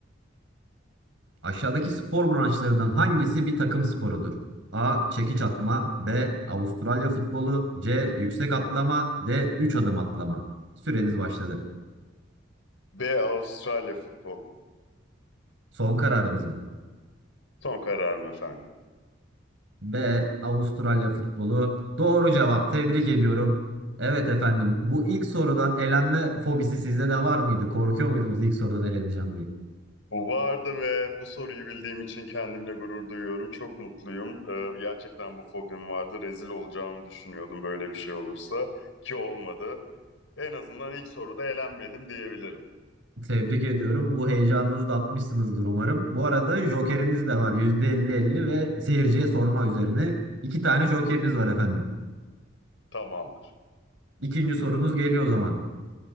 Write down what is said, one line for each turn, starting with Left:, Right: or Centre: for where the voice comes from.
Right: Aşağıdaki spor branşlarından hangisi bir takım sporudur? A. Çekiç atma B. Avustralya futbolu C. Yüksek atlama D. Üç adım atlama. Süreniz başladı.
Left: B Avustralya futbol.
Right: Son kararınız mı?
Left: Son kararım efendim.
Right: B. Avustralya futbolu. Doğru cevap. Tebrik ediyorum. Evet efendim. Bu ilk sorudan elenme fobisi sizde de var mıydı? Korkuyor muydunuz ilk sorudan eleneceğim diye?
Left: Vardı ve bu soruyu bildiğim için kendimle gurur duyuyorum. Çok mutluyum. Ee, gerçekten bu fobim vardı. Rezil olacağımı düşünüyordum böyle bir şey olursa ki olmadı. En azından ilk soruda elenmedim diyebilirim.
Right: Tebrik ediyorum. Bu heyecanınızı da atmışsınızdır umarım. Bu arada jokeriniz de var. yüzde elli elli ve seyirciye sorma üzerine. iki tane jokeriniz var efendim.
Left: Tamamdır.
Right: İkinci sorunuz geliyor o zaman.